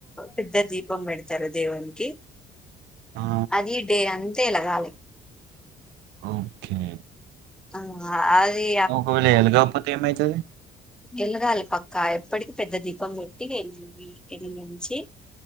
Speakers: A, in the centre; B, on the right.
A: పెద్ద దీపం పెడతరు దేవునికి
B: ఆ
A: అది డే అంతా ఎలగాలి
B: ఓకే
A: అంగ ఆ అది
B: ఓహోలే ఎల్గకపోతే ఏమైతద్ తది.
A: ఎలగాలె పక్కా ఎప్పటికి పెద్ద దీపం ముట్టి వెలిగించి